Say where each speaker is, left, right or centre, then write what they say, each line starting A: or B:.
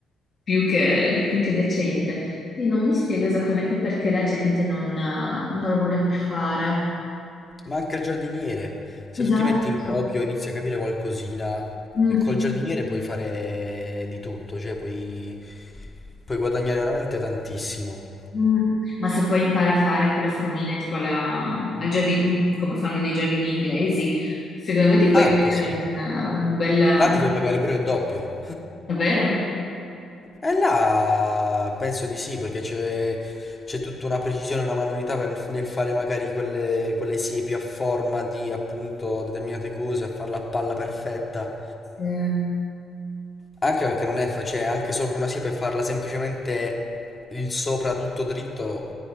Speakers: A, on the left; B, on the left.
A: più che, più che decente. Quindi non mi spiego esattamente perché la gente non, eh, non lo voglia più fare.
B: Ma anche il giardiniere, se
A: Esatto.
B: tu ti metti in proprio e inizi a capire qualcosina,
A: Mm.
B: col giardiniere puoi fare di tutto, cioè puoi, puoi guadagnare veramente tantissimo.
A: Mm, Ma se poi impara a fare quelle formine tipo alla- al giardino, come fanno nei giardini inglesi, secondo me ti puoi
B: Anche
A: creare
B: sì,
A: un, un bel...
B: là ti fai pagare pure il doppio.
A: Davvero?
B: E là penso di sì, perché c'è c'è tutta una precisione, una manualità per- nel fare magari quelle, quelle siepi a forma di appunto determinate cose, a farla a palla perfetta.
A: Sì. Ma
B: Anche perché non è facile, anche sopra una siepe farla semplicemente il sopra tutto dritto